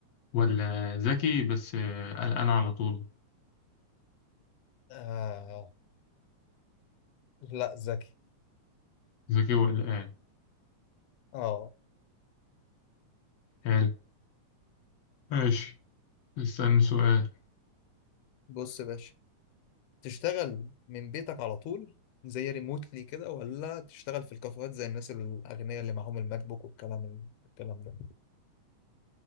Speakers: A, on the left; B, on the left.
A: ولا ذكي بس آه، قلقان على طول
B: آه لا ذكي
A: ذكي وقلقان
B: اه
A: حلو ماشي اسألني سؤال
B: بص يا باشا تشتغل من بيتك على طول زي ريموتلي كده ولا تشتغل في الكافيهات زي الناس الأغنياء اللي معاهم الماك بوك والكلام الكلام ده